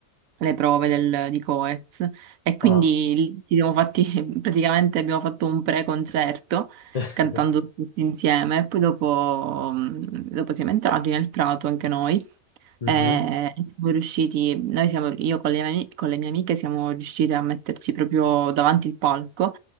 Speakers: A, on the right (about 80°); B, on the left (about 30°).
A: le prove del- di Coez e quindi
B: Ah,
A: lì ci siamo fatti, <laughs> praticamente abbiamo fatto un pre-concerto
B: <laughs>
A: cantando tutti insieme. E poi dopo, mm, dopo siamo entrati nel prato anche noi.
B: Mhm.
A: Eh, E siamo riusciti, noi siamo, io con le, mie, ami- con le mie amiche siamo riuscite a metterci proprio davanti il palco.